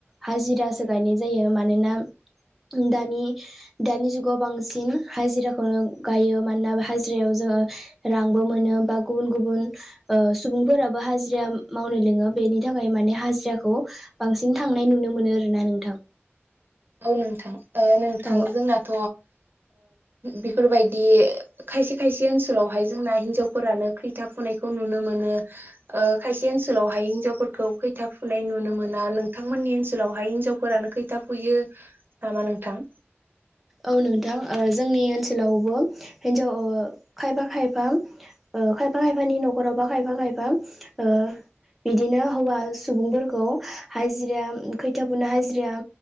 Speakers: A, in the centre; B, on the right (about 50°).
A: हाजिरासो गायनाय जायो मानोना दानि दानि जुगाव बांसिन हाजिराखौनो गायो मानोना हाजिरायाव जोङो रांबो मोनो बा गुबुन गुबुन सुबुंफोराबो हाजिरा मावनो लोङो बेनि थाखाय माने हाजिराखौ बांसिन थांनाय नुनो मोनो आरोना नोंथां
B: औ नोंथां नोंथां
A: औ
B: जोंनाथ' बेफोरबायदि खायसे खायसे ओनसोलावहाय जोंना हिनजावफोरानो खैथा फुनायखौ नुनो मोनो ओ खायसे ओनसोलावहाय हिनजावफोरखौ खैथा फुनाय नुनो मोना नोंथांमोननि ओनसोलावहाय हिनजाव फोरानो खैथा फुयो नामा नोंथां?
A: औ नोंथां जोंनि ओनसोलावबो हिनजाव खायफा खायफा ओ खायफा खायफानि न'खरावबा खायफा खायफा ओ बिदिनो हौवा सुबुंफोरखौ हाजिरा खैथिया फुनो हाजिराया